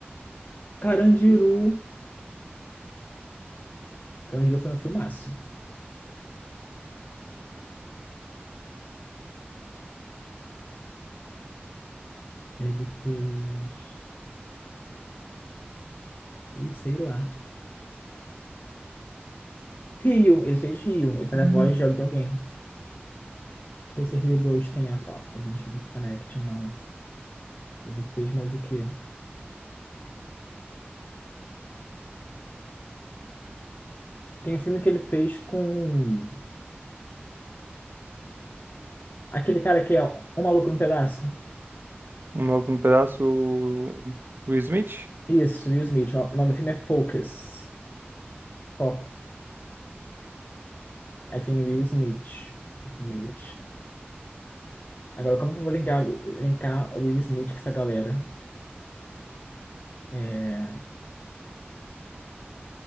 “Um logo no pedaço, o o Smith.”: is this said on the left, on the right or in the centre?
Right